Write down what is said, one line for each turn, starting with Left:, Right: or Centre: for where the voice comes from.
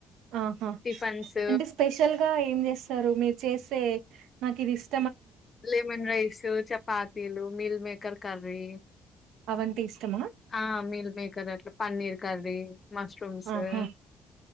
Right: ఆహా
Left: టిఫన్స్
Right: అంటె స్పెషల్ గ ఏం చేస్తరు మీరు చేసే నాకు ఇది ఇష్
Left: లెమన్ రైసు చపాతీలు మీల్ మేకర్ కర్రీ
Right: అవంటె ఇష్టమ
Left: ఆ మీల్ మేకర్ అట్ల పన్నీర్ కర్రీ, మష్రూమ్స్
Right: ఆహా
Left: ఏ